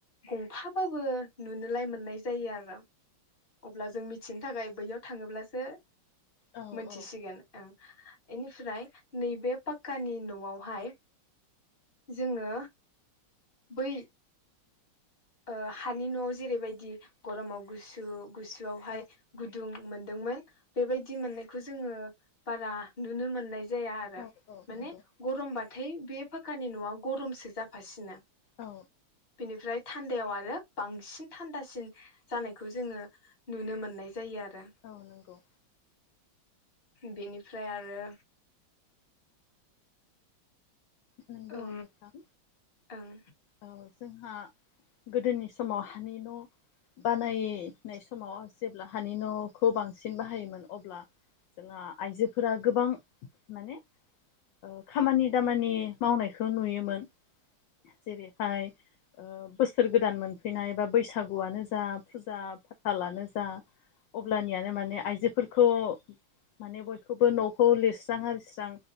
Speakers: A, on the left; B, on the left.
A: गंफाबाबो नुनोलाय मोननाय जायो आरो। अब्ला जों मिथिनो थाखाय बैयाव थाङोब्लासो
B: औ
A: मोनथिसिगोन
B: औ
A: ओं बेनिफ्राय नैबे पाकानि न'आवहाय जोङो बै ओ हानि न'आव जेरैबायदि गरमाव गुसु गुसुआवहाय
B: औ
A: गुदुं मोनदोंमोन बेबायदि मोननायखौ जोङो बारा नुनो मोननाय जाया आरो
B: औ औ
A: माने
B: नंगौ
A: गरमबाथाय बे फाकानि न'आ गरमसो जाफासिनो
B: औ
A: बिनिफ्राय थान्दायाव आरो बांसिन थान्दासिन जानायखौ जोङो नुनो मोननाय जायो आरो।
B: औ नंगौ
A: बेनिफ्राय आरो
B: नंगौ
A: औ
B: नोंथां
A: ओं
B: औ जोंहा गोदोनि समाव हानि न' बानायनाय समाव जेब्ला हानि न'खौ बांसिन बाहायोमोन अब्ला जोंहा आइजोफोरा गोबां माने औ खामानि दामानि मावनायखौ नुयोमोन। जेरैहाय ओ बोसोर गोदान मोनफैनाय, बा बैसागुआनो जा फुजा फाथालानो जा अब्लानियानो माने आइजोफोरखौ माने बयखौबो न'खौ लिरस्रां आरिस्रां